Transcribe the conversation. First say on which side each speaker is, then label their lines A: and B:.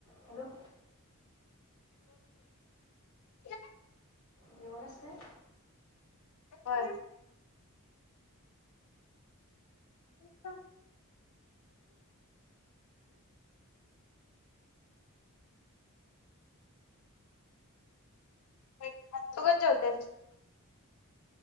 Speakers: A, on the left; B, on the left.
A: Hello.
B: येतय.
A: जेवलास काय?
B: व्हय. अ. होय जेवत्यात.